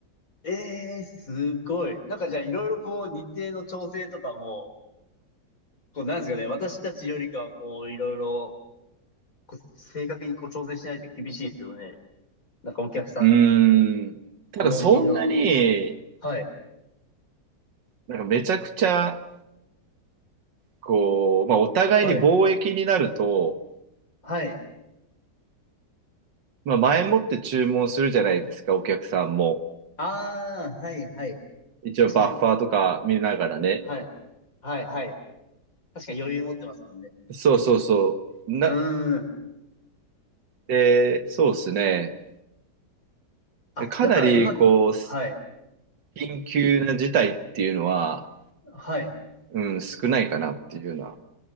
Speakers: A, on the left (about 50°); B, on the right (about 90°).
A: ええ、すごい。なんかじゃあいろいろこう日程の調整とかも、こうなんですかね、私たちよりかはこういろいろこう正確にこう調整しないと厳しいですよね。なんかお客さん、
B: うーん。ただそんなに、
A: 納品の。はい、
B: なんかめちゃくちゃ、こう、まあ、お互いに貿易になると、
A: はい、はい。
B: まあ、前もって注文するじゃないですか、お客さんも。
A: ああ、はい、はい。
B: 一応バッファーとか見ながらね。
A: 確かに。はい、はい、はい。確かに余裕持ってますもんね。
B: そうそうそう。
A: うーん。
B: な、えーそうですね。
A: あ、
B: かなり、
A: だからうまく、
B: こう、
A: はい、
B: 緊急な事態っていうのは、
A: はい。
B: うん、少ないかなっていうような